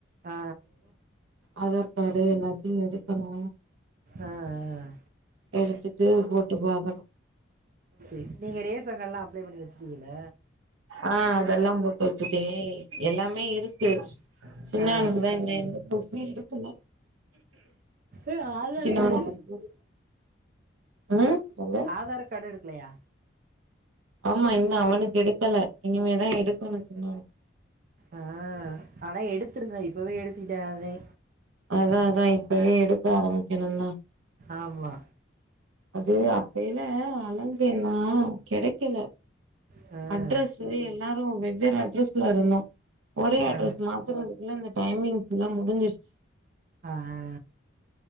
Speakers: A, on the right; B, on the right.
A: ஆ
B: ஆதார் கார்டு எல்லாத்தையூ எடுக்கணோ
A: ஆ ஆ.
B: எடுத்துட்டு போட்டு பாக்கணோ
A: சேரி நீங்க ரேசன் கார்ட்ல்லா அப்ளை பண்ணி வச்சுட்டீங்க ‌இல்ல
B: ஆ அதெல்லா போட்டு வச்சுட்டோ எல்லாமே இருக்கு சின்னவனுக்குதா
A: ஆ
B: இன்னூ எந்த புரூஃப் எடுக்கல
A: ஏய், ஆதார்
B: சின்னவனுக்கு
A: கார்டு
B: புரூஃப்ஸ் உஹ் சொல்லு
A: ஆதார் கார்டு எடுக்கலையா
B: ஆமா இன்னூ அவனுக்கு எடுக்கல இனிமேதா எடுக்கோனோ சின்னவனுக்கு
A: ஆஹ் அட எடுத்திருங்க இப்பவே எடுத்துட்டாதே
B: அதா அதா இப்பவே எடுக்க ஆரம்பிக்கணூ தா
A: ஆமா
B: அது அப்பல்லா அலஞ்சேனா கெடைக்கல
A: ஆ
B: அட்ரஸ் எல்லாரு வெவ்வேறு அட்ரஸ்ல இருந்தோ ஒரே அட்ரஸ்
A: ஆ
B: மா த்துறதுக்குள்ள இந்த டைமிங்ஸ்ல முடிஞ்சிருச்சு
A: ஆ